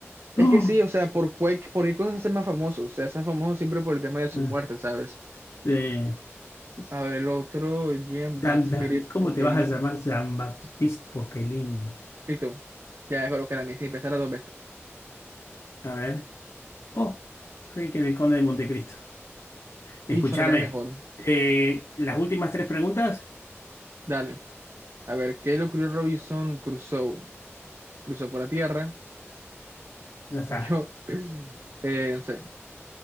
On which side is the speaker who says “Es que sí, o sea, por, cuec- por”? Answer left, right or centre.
Right